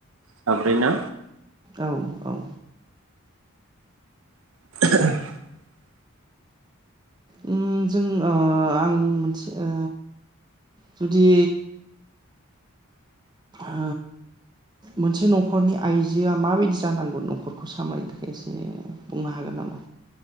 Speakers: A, on the right; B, on the right.
A: साब्रै ना?
B: औ औ।
A: <inaudible>
B: उम जों ओ आं मोनसे ओ जुदि ओ मोनसे नखरनि आइजोआ माबायदि जानांगौ न'खरखौ सामलायनो थाखाय एसे बुंनो हागोन नामा?